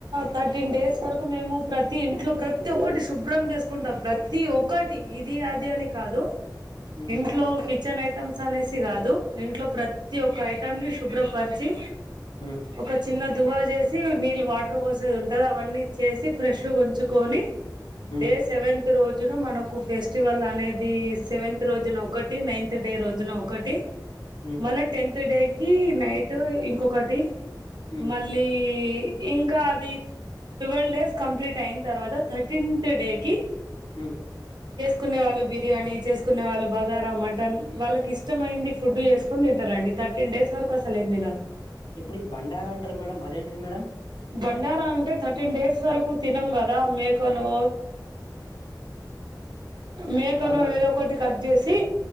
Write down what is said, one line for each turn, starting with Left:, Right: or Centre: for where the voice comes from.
Right: థర్టీన్ డేస్ వరకు మేము ప్రతి ఇంట్లో ప్రతి ఒక్కటి శుభ్రం చేసుకుంటాం ప్రతి ఒక్కటి ఇది అది అని కాదు
Left: ఉమ్,
Right: ఇంట్లో కిచెన్ ఐటమ్స్ అనేసి కాదు ఇంట్లో ప్రతి ఒక్క ఐటం ని శుభ్రపరిచి
Left: ఉమ్,
Right: ఒక చిన్న దువా చేసి నీళ్ళు వాటర్ పోసేది ఉంటది అవన్నీ చేసి ఫ్రెష్ గా ఉంచుకొని
Left: ఉమ్,
Right: డే సెవెంత్ రోజును మనకు ఫెస్టివల్ అనేది సెవెంత్ రోజున ఒకటి నైన్త్ డే రోజున ఒకటి
Left: ఉమ్,
Right: మళ్ళా టెన్త్ డే కి నైట్ ఇంకొకటి
Left: ఉమ్,
Right: మళ్ళీ ఇంకా అది ట్వెల్వ్ డేస్ కంప్లీట్ అయిన తర్వాత థర్టీన్త్ డే కి
Left: ఉ
Right: కునే వాళ్ళు బిర్యానీ చేసుకునే వాళ్ళు బగారా మటన్ వాళ్ళకి ఇష్టమైంది ఫుడ్ చేసు తింటరండి థర్టీన్ డేస్ వరకు అసలేం తినరు
Left: ఇప్పుడు ఈ బండార అంటారు మేడం అదేంటిది మేడం
Right: బండారా అంటే థర్టీన్ డేస్ వరకు తినం కదా మేకనో మేకనో
Left: ఆహా
Right: ఏదో ఒకటి కట్ చేసి